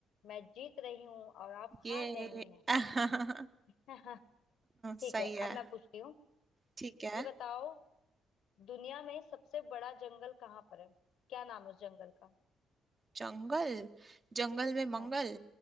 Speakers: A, on the left (about 80°); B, on the right (about 30°).
A: मैं जीत रही हूँ और आप
B: ये
A: हार रही
B: <laughs>
A: हैं <laughs> ठीक
B: सही
A: है
B: है
A: अब मैं पूछती हूँ
B: ठीक है
A: ये बताओ दुनिया में सबसे बड़ा जंगल कहाँ पर है क्या नाम है उस जंगल का
B: जंगल जंगल में मंगल
A: हाँ